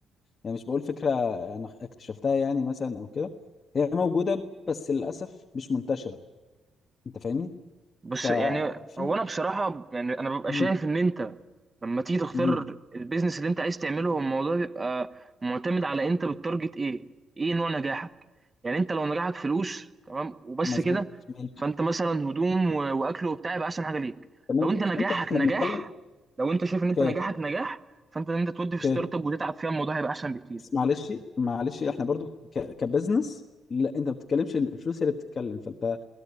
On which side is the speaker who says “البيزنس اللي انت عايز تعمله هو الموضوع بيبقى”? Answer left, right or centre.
Right